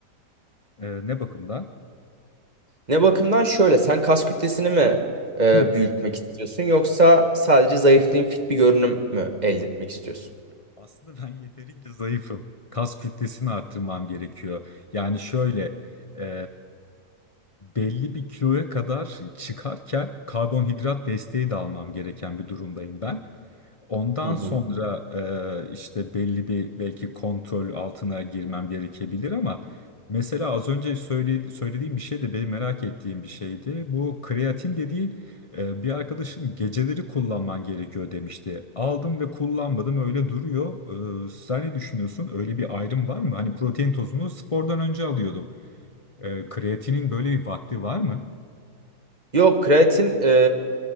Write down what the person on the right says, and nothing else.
Ne bakımdan şöyle sen kas kütlesini mi e,
büyütmek istiyorsun yoksa sadece zayıflayayım fit bir görünüm mü elde etmek istiyorsun?
Hı hı.
Yok kreatin e,